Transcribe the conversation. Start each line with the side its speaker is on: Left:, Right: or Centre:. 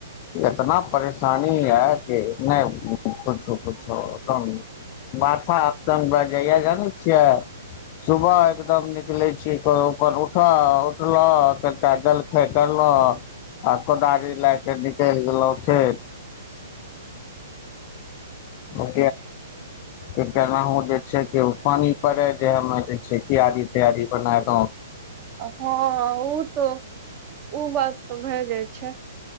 Left: एतना परेशानी यै कि नहि पुछो पुछोम बच्छा बजया जानै छियै सुबह एकदम निकले छी पर उपर उठा उटल त काटल फेेकल आ कोदारी लए क निकलि गेलहुँ खेत ओत केनाहु जे छै पानी पर जे ह जे छै त्यारी तैयारी बनाक
Right: हँ ओ तऽ ओ बात तऽ भए जाइ छै